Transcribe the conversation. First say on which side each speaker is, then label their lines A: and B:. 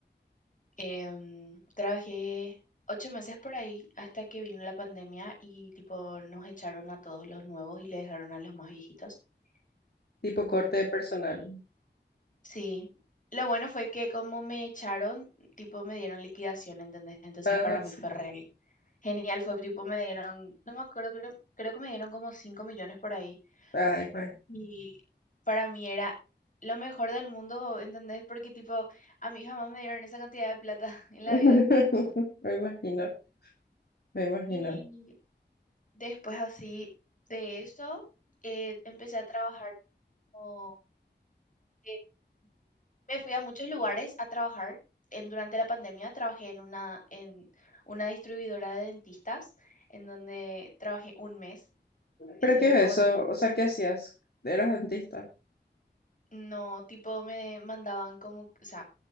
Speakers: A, on the left; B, on the left.
A: Em, trabajé ocho meses por ahí hasta que vino la pandemia y tipo nos echaron a todos los nuevos y le dejaron a los más viejitos.
B: Tipo
A: Mm,
B: corte de personal.
A: Sí, lo bueno fue que como me echaron, tipo me dieron liquidación, ¿entendés? Entonces
B: Ah,
A: para mí
B: sí.
A: fue re Genial, fue tipo, me dieron, no me acuerdo, creo, creo que me dieron como 5 millones por ahí.
B: Ay, pues.
A: Y para mí era lo mejor del mundo, ¿entendés? Porque tipo, a mí jamás me dieron esa cantidad de plata <laughs> en la
B: <laughs>
A: vida.
B: Me imagino, me imagino.
A: Y después así de eso, eh, empecé a trabajar como, eh, me fui a muchos lugares a trabajar. En, durante la pandemia trabajé en una, en una distribuidora de dentistas, en donde trabajé un mes. Eso
B: ¿Pero
A: es
B: qué
A: lo que
B: es eso? O sea, ¿qué hacías? ¿Eras dentista?
A: No, tipo me mandaban como, o sea,